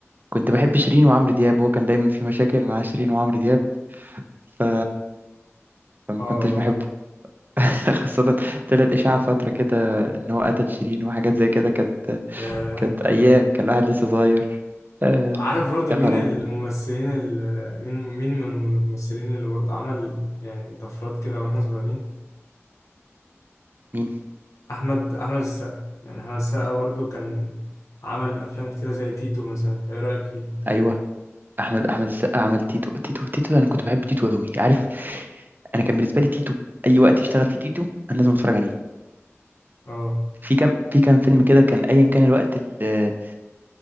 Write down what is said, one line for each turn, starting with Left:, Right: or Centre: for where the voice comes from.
Right: كنت بحب شيرين وعمرو دياب هو كان دايما في مشاكل مع شيرين وعمرو دياب ف- فما
Left: آه،
Right: كنتش بحبه <laughs> خاصة طلعت إشاعة فترة كده إن هو قتل شيرين وحاجات زي كده كانت
Left: ياه
Right: كانت
Left: الدرجة
Right: أيام
Left: دي
Right: كان الواحد لسه صغير آه
Left: عارف برضو
Right: يا
Left: مين
Right: خرابي
Left: الممثلين اللي مين مين من الممثلين اللي برضو عمل يعني طفرات كده واحنا صغيرين
Right: مين
Left: احمد احمد السقا يعني احمد السقا برضو كان عمل افلام كتيرة زي تيتو مثلا انت ايه رأيك فيه
Right: أيوه أحمد أحمد السقا عمل تيتو تيتو تيتو أنا كنت بحب تيتو أوي عارف أنا كان بالنسبة لي تيتو أي وقت يشتغل فيه تيتو أنا لازم أتفرج عليه
Left: اه
Right: في كام في كام فيلم كده كان ايا كان الوقت اللي,